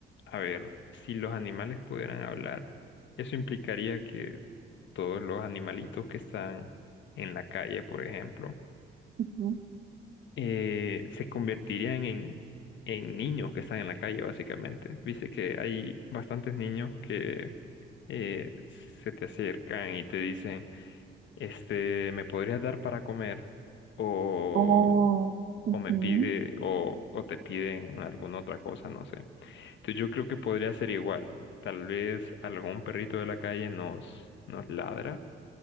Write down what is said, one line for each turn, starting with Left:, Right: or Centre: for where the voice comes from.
Left: a ver, si los animales pudieran hablar, eso implicaría que todos los animalitos que están en la calle, por ejemplo,
Right: Ujú.
Left: eh, se convertirían en, en niños que están en la calle, básicamente. Viste que hay bastantes niños que eh, se te acercan y te dicen, este, ¿me podrías dar para comer? O,
Right: Oh, ujú,
Left: o me pide, o, o te piden alguna otra cosa, no sé. Entonces yo creo que podría ser igual. Tal vez algún perrito de la calle nos, nos ladra